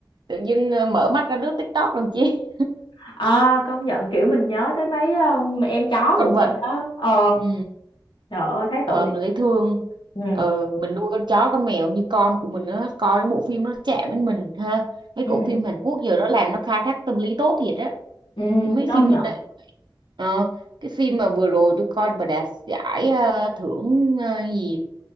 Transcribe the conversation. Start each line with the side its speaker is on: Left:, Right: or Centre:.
Right: Tự dưng ờ, mở mắt ra lướt TikTok làm chi.
Left: <laughs> à công nhận kiểu mình nhớ tới mấy ờ, em chó
Right: con
Left: của
Right: vật
Left: mình đó ờ
Right: ừ.
Left: Trời ơi thấy
Right: ờ,
Left: tội nghiệp.
Right: mình dễ thương
Left: Ừ.
Right: ờ, mình nuôi con chó con mèo như con của mình nó coi cái bộ phim nó chạm đến mình ha mấy
Left: ừ,
Right: bộ phim Hàn Quốc giờ nó làm nó khai thác tâm lý tốt thiệt á
Left: ừ,
Right: mấy
Left: công
Right: phim gần
Left: nhận
Right: đây ờ, cái phim mà vừa rồi tôi coi mà đạt giải ờ, thưởng ờ, gì